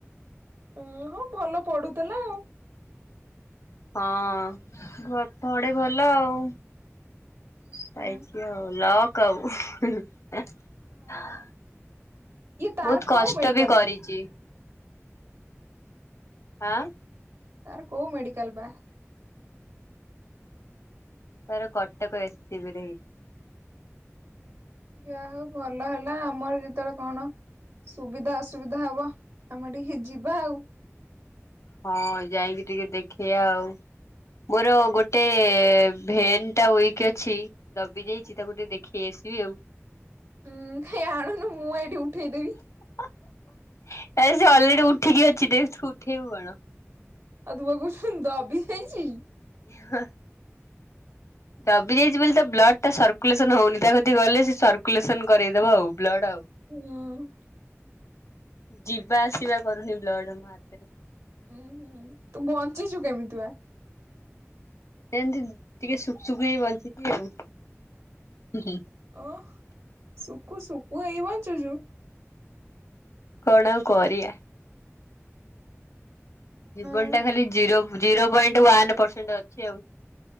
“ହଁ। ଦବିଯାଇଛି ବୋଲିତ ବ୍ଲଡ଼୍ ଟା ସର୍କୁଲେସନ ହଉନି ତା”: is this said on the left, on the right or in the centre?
Left